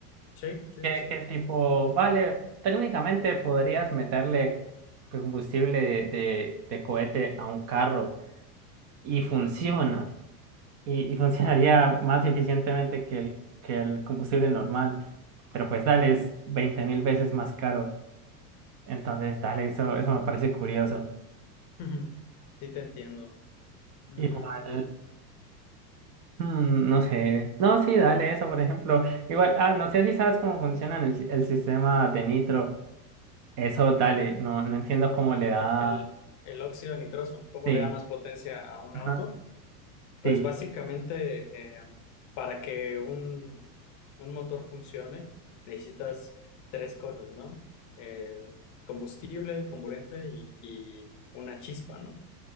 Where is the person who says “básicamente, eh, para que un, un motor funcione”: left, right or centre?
Left